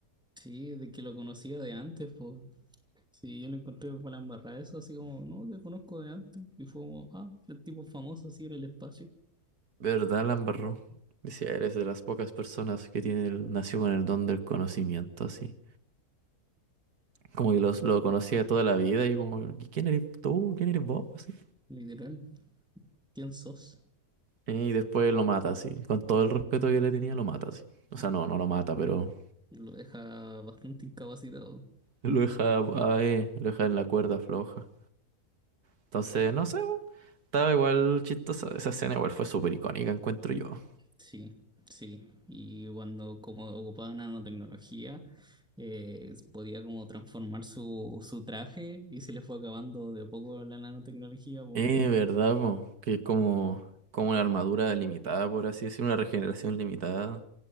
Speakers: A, in the centre; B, on the right.
A: Sí, de que lo conocía de antes, pues. Sí, yo lo encontré con la embarrada eso, así como, no, te conozco de antes. Y fue como, ah, el tipo famoso así en el espacio.
B: De verdad, la embarró. Decía, eres de las pocas personas que tiene el, nació con el don del conocimiento, así. Como que los, lo conocía de toda la vida y como, "¿Y ¿quién eres tú? ¿Quién eres vos? Así.
A: Literal, ¿quién sos?
B: Eh, y después lo mata así. Con todo el respeto que le tenía, lo mata así. O sea, no, no lo mata, pero
A: Lo deja bastante incapacitado.
B: lo deja, ahí, lo deja en la cuerda floja. Entonces, no sé, po, estaba igual chistosa. Esa escena igual fue súper icónica, encuentro yo.
A: Sí, sí. Y cuando como ocupaba nanotecnología, eh, podía como transformar su, su traje y se le fue acabando de a poco la nanotecnología, po.
B: Eh, ¿verdad, po? Que es como, como una armadura limitada, por así decir, una regeneración limitada.